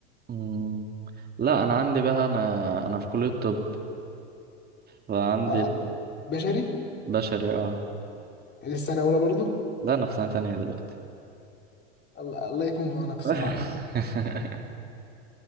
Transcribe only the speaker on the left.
أه بشري
السنة الأولى برضو
الله الله يكون في عونك الصراحة